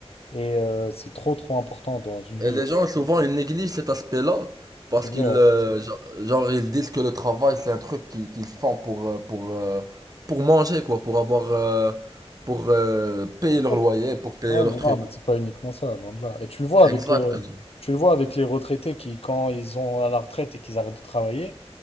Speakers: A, on the left; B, on the right.
A: Et euh, c'est trop trop important dans une
B: Et
A: vie.
B: les gens, souvent, ils négligent cet aspect-là parce
A: C'est vrai.
B: qu'ils euh, genre, genre, ils disent que le travail, c'est un truc qu'ils qu'ils font pour, euh, pour, euh, pour manger, quoi, pour avoir, euh, pour euh, payer leur
A: Ouais,
B: loyer, pour payer
A: mais ouais,
B: leur
A: mais
B: truc.
A: non, mais c'est pas uniquement ça, loin de là. Et tu le vois
B: Exactement.
A: avec euh, tu le vois avec les retraités qui, quand ils ont à la retraite et qu'ils arrêtent de travailler,